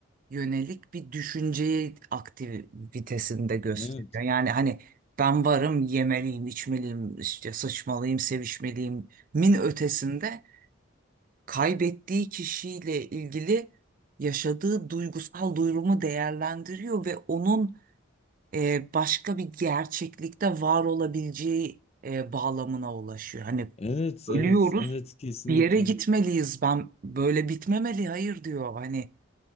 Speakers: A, on the right (about 40°); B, on the left (about 30°).
A: yönelik bir düşünceyi aktivitesinde gösteriyor.
B: Evet.
A: Yani hani ben varım, yemeliyim, içmeliyim, işte sıçmalıyım, sevişmeliyim min ötesinde kaybettiği kişiyle ilgili yaşadığı duygusal durumu değerlendiriyor ve onun e, başka bir gerçeklikte var olabileceği e, bağlamına ulaşıyor. Hani
B: Evet,
A: ölüyoruz,
B: evet, evet kesinlikle.
A: bir yere gitmeliyiz. Ben böyle bitmemeli, hayır diyor. Hani